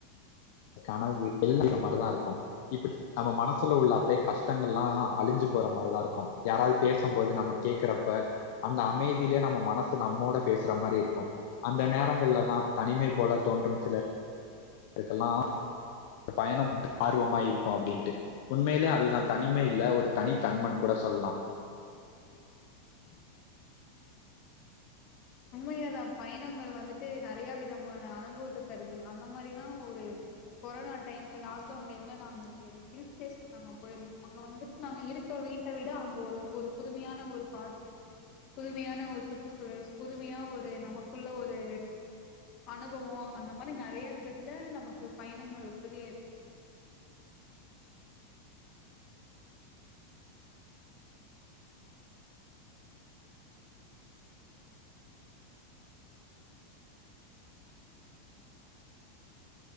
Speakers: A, on the left; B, on the left.
A: கனவு எல்லா <unintelligible> மாரிதா இருக்கும் இப்படி நம்ம மனசுல உள்ள அப்டே கஷ்டங்கள் எல்லா அழிஞ்சு போற மாரிதா இருக்கு யாராவ்து பேசும் போது நம்ம கேக்குறப்ப அந்த அமைதிலே நம்ம மனசு நம்மோட பேசுற மாரி இருக்கு அந்த நேரங்கள்லதா தனிமை போல தோன்றும் சில இதுக்கெல்லா பயணம் ஆர்வமா இருக்கு அப்டீன்ட்டு உண்மையிலே அதுதா தனிமே இல்ல ஒரு தனித்தன்மன்கூட சொல்லா
B: உண்மையாதா பயணங்கள் வந்துட்டு நெறைய விதமான அனுபவத்த தருது அந்த மாரிதா ஒரு கொரோனா டைம்ல லாக்டவுன் டைம்ல நாங்க ஒரு ஹில் ஸ்டேஷன் நாங்க போயிருந்தோ அங்க வந்துட்டு நாங்க இருக் க வீட்ட விட அங்க ஒரு ஒரு புதுமையான ஒரு பாட்டு புதுமையான ஒரு சுற்றுச்சூழல் புதுமையா ஒரு நமக்குள்ள ஒரு அனுபவோ அந்த மாதிரி நெறைய விதத்துல நமக்கு பயணங்கள் உதவியா இரு